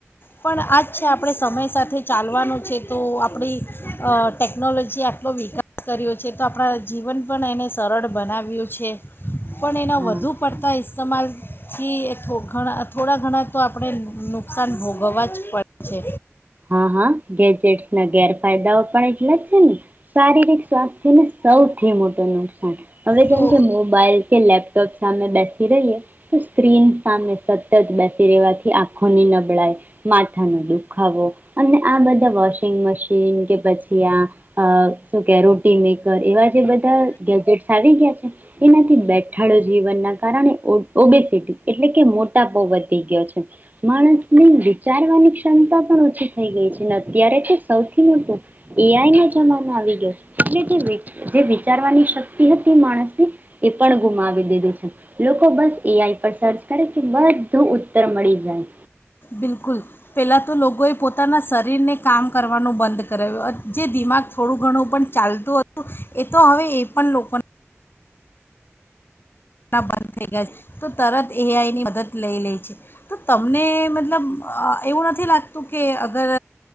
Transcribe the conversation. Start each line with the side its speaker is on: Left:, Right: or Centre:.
Left: પણ આ જ છે આપણે સમય સાથે ચાલવાનું છે તો આપડી અહ ટેકનોલોજીએ આટલો વિકાસ કર્યો છે તો આપડા જીવન પણ એને સરળ બનાવીઓ છે. પણ એના
Right: હા
Left: વધુ પડતા ઇસ્તેમાલથી એ થો ઘણા થોડા ઘણા તો આપડે નુકસાન ભોગવવા જ પડે છે.
Right: હા હા ગેજેટ્સ ના ગેરફાયદાઓ પણ એટલા જ છે ને શારીરિક સ્વાસ્થ્યને સૌથી મોટું નુકસાન. હવે
Left: તો
Right: જેમ કે મોબાઈલ કે લેપ તો સામે બેસી રહીએ તો સ્ક્રીન સામે સતત બેસી રહેેવાથી આંખોની નબળાઈ માથાનો દુખાવો અને આ બ ધા વોશિંગ મશીન કે પછ ત્યાં અહ શું કે રોટી મેકર એવા જે બધા ગેજેટ આવી ગયા એનાથી બેઠાડો જીવન ના કારણે ઓબેસીટી એટલે કે મોટાપો વધી ગયો છે માણસને વિચારવાની ક્ષમતા પણ ઓછી થઈ ગઈ છે ને અત્યારે તો સૌથી મોટું એ આઈ ના જમાનો આવી ગયો છે એટલ જે વિચારવાની શક્તિ હતી માણસની એ પણ ગુમાવી દીધી છે લોકો બસ એ આઈ પર સર્ચ કરે કે બધું ઉત્તર મળી જાય
Left: બિલકુલ પહેલાં તો લોકોએ પોતાના શરીરને કામ કરવાનું બંધ કરાવ્યું જે દિમાગ થોડું ઘણું પણ ચાલતું હતું એ તો હવે એ પણ લોકોને બંધ થઈ ગયા છે તો તરત એ આઈની મદદ લઈ લે છે તો તમને મતલબ એવું નથી લાગતું કે અગર